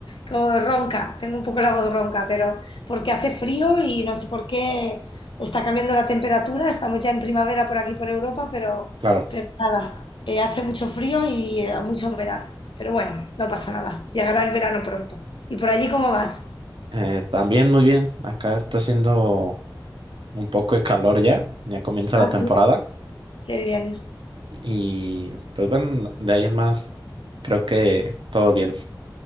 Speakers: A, on the left; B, on the right.
A: co- ronca, tengo un poco la voz ronca, pero porque hace frío y no sé por qué está cambiando la temperatura, estamos ya en primavera por aquí por Europa, pero,
B: Claro.
A: pero nada, eh, hace mucho frío y eh, mucha humedad, pero bueno, no pasa nada, llegará el verano pronto. ¿Y por allí cómo vas?
B: Eh, también muy bien. Acá está haciendo un poco de calor ya. Ya comienza
A: Así.
B: la temporada.
A: Qué bien.
B: Y pues bueno, de ahí en más, creo que todo bien.